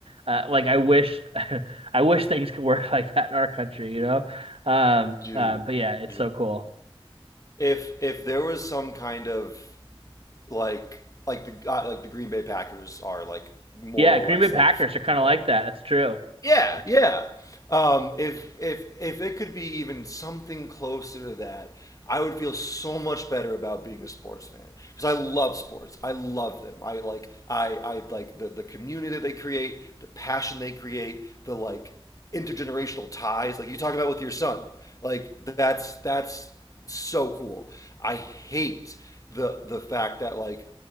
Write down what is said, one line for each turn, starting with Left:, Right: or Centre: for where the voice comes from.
Right: uh, like I wish, <laughs> I wish things could work like that in our country, you know? Um,
Left: dude.
Right: uh, but yeah, it's
Left: Yeah.
Right: so cool.
Left: if if there was some kind of like like the uh, like the Green Bay Packers are like more
Right: Yeah,
Left: or
Right: Green
Left: less
Right: Bay Packers
Left: like
Right: are kind
Left: you
Right: of
Left: know,
Right: like that. That's true.
Left: yeah, yeah. Um, if if if it could be even something closer to that, I would feel so much better about being a sports fan because I love sports. I love them. I like I I like the the community that they create, the passion they create, the like intergenerational ties. Like you talk about with your son, like that's that's so cool. I hate the the fact that like